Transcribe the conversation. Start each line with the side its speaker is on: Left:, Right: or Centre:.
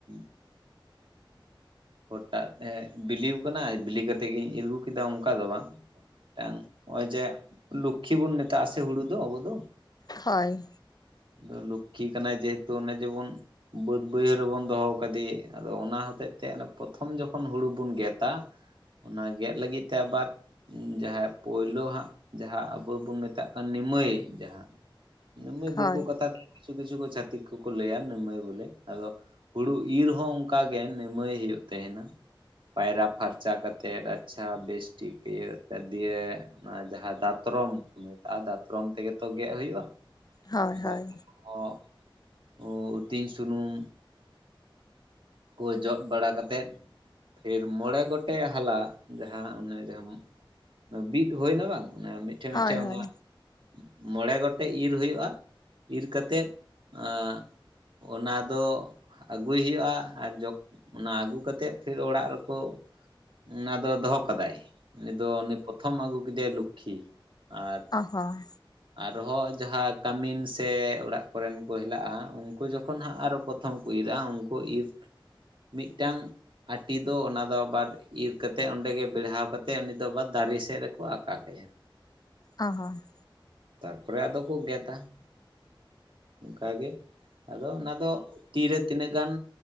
Right: <inaudible> ᱦᱚᱴᱟᱛ ᱮᱸ ᱵᱤᱞᱤᱣ ᱠᱟᱱᱟ ᱵᱤᱞᱤ ᱠᱟᱛᱮᱜ ᱜᱤᱧ ᱤᱨ ᱟᱜᱩ ᱠᱮᱫᱟ ᱚᱱᱠᱟ ᱫᱚ ᱵᱟᱝ ᱾ ᱮᱸ ᱱᱚᱜᱼᱚᱭ ᱡᱮ ᱞᱚᱠᱠᱷᱤ ᱵᱚᱱ ᱢᱮᱛᱟᱜᱼᱟ ᱥᱮ ᱦᱩᱲᱩ ᱫᱚ ᱟᱵᱚ ᱫᱚ ᱾
Left: ᱠᱷᱟᱸᱭ
Right: ᱟᱫᱚ ᱞᱚᱠᱠᱷᱤ ᱠᱟᱱᱟᱭ ᱡᱮᱦᱮᱛᱩ ᱚᱱᱮ ᱡᱮᱵᱚᱱ ᱵᱟᱹᱫ-ᱵᱟᱹᱭᱦᱟᱹᱲ ᱨᱮᱵᱚᱱ ᱫᱚᱦᱚ ᱟᱠᱟᱫᱤ ᱟᱫᱚ ᱚᱱᱟ ᱦᱚᱛᱮᱡ ᱛᱮ ᱚᱱᱟ ᱯᱨᱚᱛᱷᱚᱢ ᱡᱚᱠᱷᱚᱱ ᱦᱩᱲᱩ ᱵᱚᱱ ᱜᱮᱛᱟ, ᱚᱱᱟ ᱜᱮᱜ ᱞᱟᱹᱜᱤᱫ ᱛᱮ ᱟᱵᱟᱨ ᱩᱢ ᱡᱟᱦᱟᱸ ᱯᱳᱭᱞᱳ ᱦᱟᱸᱜ ᱡᱟᱦᱟᱸ ᱟᱵᱚ ᱵᱚᱱ ᱢᱮᱛᱟᱜ ᱠᱟᱱ ᱱᱤᱢᱟᱹᱭ ᱡᱟᱦᱟᱸ ᱾ ᱱᱤᱢᱟᱹ ᱫᱤᱠᱩ
Left: ᱦᱳᱭ
Right: ᱠᱟᱛᱷᱟ ᱠᱤᱪᱷᱩ ᱠᱤᱪᱷᱩ ᱠᱚ ᱪᱷᱟᱛᱤᱠ ᱠᱚ ᱞᱟᱹᱭᱟ ᱱᱤᱢᱟᱹᱭ ᱵᱚᱞᱮ, ᱟᱫᱚ ᱦᱩᱲᱩ ᱤᱨ ᱦᱚᱸ ᱚᱝᱠᱟ ᱜᱮ ᱱᱤᱢᱟᱹᱭ ᱦᱩᱭᱩᱜ ᱛᱟᱦᱮᱱᱟ ᱾ ᱯᱟᱭᱨᱟ ᱯᱷᱟᱨᱪᱟ ᱠᱟᱛᱮᱫ ᱟᱪᱪᱷᱟ ᱵᱮᱥ ᱴᱷᱤᱠ ᱤᱭᱟᱹ ᱛᱮ ᱫᱤᱭᱮ ᱚᱱᱟ ᱡᱟᱦᱟᱸ ᱫᱟᱛᱨᱚᱢ ᱠᱚ ᱢᱮᱛᱟᱜᱼᱟ ᱫᱟᱛᱨᱚᱢ ᱛᱮᱜᱮ ᱛᱚ ᱜᱮᱫ ᱦᱩᱭᱩᱜᱼᱟ ᱾
Left: ᱦᱳᱭ ᱦᱳᱭ
Right: ᱫᱟᱛᱨᱚᱢ ᱦᱚᱸ ᱱᱤᱭᱟᱹ ᱤᱛᱤᱧ ᱥᱩᱱᱩᱢ ᱾ ᱠᱚ ᱡᱚᱫ ᱵᱟᱲᱟ ᱠᱟᱛᱮᱫ ᱯᱷᱤᱨ ᱢᱚᱬᱮ ᱜᱚᱴᱮᱡ ᱦᱟᱞᱟ ᱡᱟᱦᱟᱸ ᱚᱱᱮ ᱡᱟᱦᱟᱸ ᱵᱤᱫ ᱦᱩᱭᱮᱱᱟ ᱵᱟᱝ ᱚᱱᱟ ᱢᱤᱫᱴᱷᱮᱡ
Left: ᱦᱳᱭ
Right: ᱢᱤᱫᱴᱷᱮᱡ
Left: ᱦᱳᱭ
Right: ᱚᱱᱟ ᱾ ᱢᱚᱬᱮ ᱜᱚᱴᱮᱡ ᱤᱨ ᱦᱩᱭᱩᱜᱼᱟ, ᱤᱨ ᱠᱟᱛᱮᱜ ᱟᱸᱻ ᱚᱱᱟ ᱫᱚ ᱟᱹᱜᱩᱭ ᱦᱩᱭᱩᱜᱼᱟ ᱾ ᱟᱨ ᱡᱚᱠ-ᱚᱱᱟ ᱟᱹᱜᱩ ᱠᱟᱛᱮᱫ, ᱯᱷᱤᱨ ᱚᱲᱟᱜ ᱨᱮᱠᱚ ᱚᱱᱟ ᱫᱚ ᱫᱚᱦᱚ ᱠᱟᱫᱟᱭ ᱩᱱᱤ ᱫᱚ ᱩᱱᱤ ᱯᱨᱚᱛᱷᱚᱢ ᱟᱹᱜᱩ ᱠᱮᱫᱮᱟᱭ ᱞᱩᱠᱠᱷᱤ ᱟᱨ
Left: ᱟᱸᱦ ᱦᱚᱣᱟ
Right: ᱟᱨᱦᱚᱸ ᱟᱡᱽ ᱡᱟᱦᱟᱸ ᱠᱟᱹᱢᱤᱱ ᱥᱮ ᱚᱲᱟᱜ ᱠᱚᱨᱮᱱ ᱠᱚ ᱦᱮᱞᱟᱜᱼᱟ, ᱩᱱᱠᱩ ᱡᱚᱠᱷᱚᱱ ᱦᱟᱸᱜ ᱟᱨᱚ ᱯᱚ ᱛᱷᱚᱢ ᱠᱚ ᱤᱨᱟ ᱩᱱᱠᱩ ᱤᱨ ᱢᱤᱫᱴᱟᱝ ᱟᱴᱤ ᱫᱚ ᱚᱱᱟ ᱫᱚ ᱵᱟᱫ ᱤᱨ ᱠᱟᱛᱮ ᱚᱸᱰᱮ ᱜᱮ ᱵᱮᱲᱦᱟᱣ ᱠᱟᱛᱮ ᱩᱱᱤ ᱫᱚ ᱵᱟ ᱫᱟᱨᱮ ᱥᱮᱫ ᱨᱮᱠᱚ ᱟᱠᱟ ᱠᱟᱭᱟ ᱾
Left: ᱚ ᱦᱚᱸ ᱾
Right: ᱛᱟᱨᱯᱚᱨᱮ ᱟᱫᱚ ᱠᱚ ᱜᱮᱛᱟ ᱾ ᱚᱱᱠᱟ ᱜᱮ ᱟᱫᱚ ᱚᱱᱟ ᱫᱚ ᱛᱤᱨᱮ ᱛᱤᱱᱟᱹᱜ ᱜᱟᱱ